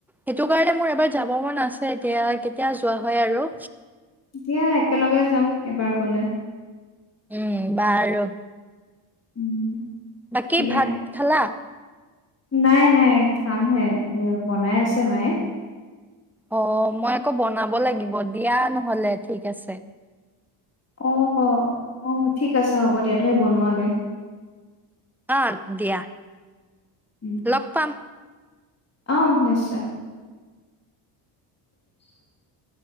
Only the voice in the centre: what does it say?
সেইটো কাৰণে মোৰ এবাৰ যাব মন আছে, এতিয়া কেতিয়া যোৱা হয় আৰু।
উম বাৰু।
বাকী
ভাত খালা?
অ মই আকৌ বনাব লাগিব। দিয়া নহলে ঠিক আছে।
অ দিয়া।
লগ পাম।